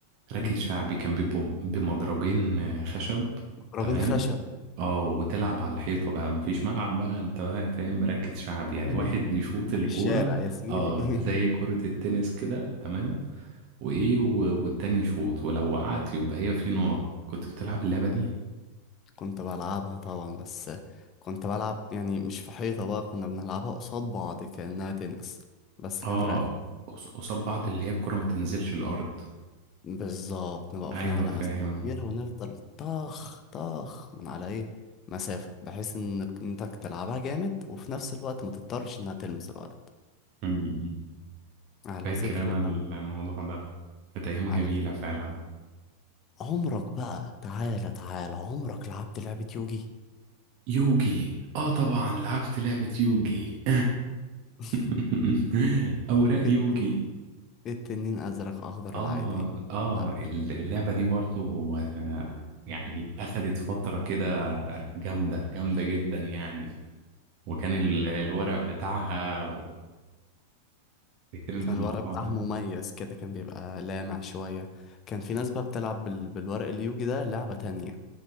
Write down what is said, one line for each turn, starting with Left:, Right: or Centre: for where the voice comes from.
Right: راكت
Left: أنت
Right: شعبي كان بيبقوا بمضربين آه خشب
Left: ضربين
Right: تمام
Left: خشب
Right: اه وتلعب على الحيطة بقى مفيش ملعب بقى انت بقى فاهم راكت شعبي يعني
Left: <laughs>
Right: واحد يشوط الكورة
Left: في الشارع يا زميلي
Right: اه
Left: <laughs>
Right: زي كرة التنس كده تمام وايه و- والتاني يشوط ولو وقعت يبقى هي في نقط كنت بتلعب اللعبة دي
Left: كنت بلعبها طبعا بس كنت بلعب يعني مش في حيطة بقى كنا بنلعبها قصاد بعض كأنها تنس بس
Right: اه
Left: كانت راكت
Right: قص- قصاد بعض اللي هي الكرة ما تنزلش الأرض
Left: بالظبط نبقى واقفين
Right: أيوة
Left: على
Right: فاهم
Left: مسافة كبيرة ونفضل طخ طخ من على ايه مسافة بحيث انك انتك تلعبها جامد وفي نفس الوقت ما تضطرش انها تلمس الأرض
Right: أمم.
Left: على
Right: فاكر
Left: ذكر
Right: أنا
Left: الألعاب
Right: الموضوع ده كانت أيام
Left: على
Right: جميلة
Left: ذكر
Right: فعلا
Left: عمرك بقى تعالى تعالى عمرك لعبت لعبة يوجي
Right: يوجي اه طبعا لعبت لعبة يوجي
Left: <laughs>
Right: <laughs> أوراق يوجي
Left: الت- التنين أزرق أخضر
Right: اه
Left: العينين
Right: اه
Left: آه،
Right: ال- اللعبة دي برضو آه، يعني أخدت فترة كده جامدة جامدة جدا يعني وكان ال- الورق بتاعها فاكر انت
Left: كان
Right: الموضوع
Left: الورق بتاعها
Right: ده؟
Left: مميز كده كان بيبقى لامع شوية كان في ناس بقى بتلعب بال... بالورق اليوجي ده لعبة تانية